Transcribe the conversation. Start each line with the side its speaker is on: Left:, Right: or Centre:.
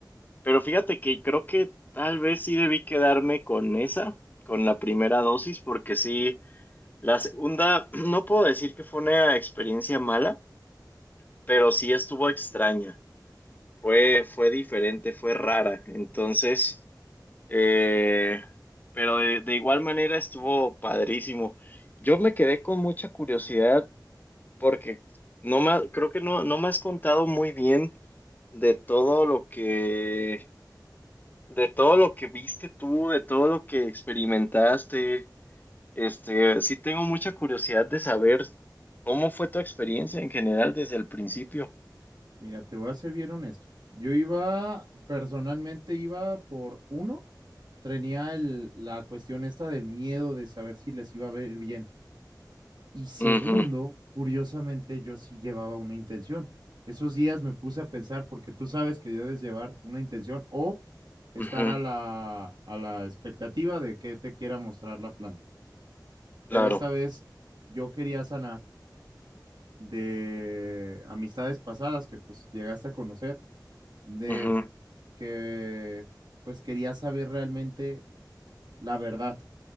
Left: pero fíjate que creo que tal vez sí debí quedarme con esa, con la primera dosis, porque sí, la segunda, <clears throat> no puedo decir que fue una experiencia mala, pero sí estuvo extraña. Fue, fue diferente, fue rara. Entonces, eh, pero de, de igual manera estuvo padrísimo. Yo me quedé con mucha curiosidad porque no me, ha- creo que no, no me has contado muy bien de todo lo que, de todo lo que viste tú, de todo lo que experimentaste. Este, sí tengo mucha curiosidad de saber cómo fue tu experiencia en general desde el principio.
Right: Mira, te voy a ser bien honesto. Yo iba, personalmente iba por uno, tenía el- la cuestión esta del miedo de saber si les iba a ver bien Y segundo,
Left: Ujú,
Right: curiosamente, yo sí llevaba una intención. Esos días me puse a pensar, porque tú sabes que debes llevar una intención o estar
Left: ujú,
Right: a la, a la expectativa de que te quiera mostrar la planta.
Left: claro.
Right: Pero esta vez yo quería sanar de amistades pasadas que pues llegaste a conocer, de
Left: ujú,
Right: que pues quería saber realmente la verdad.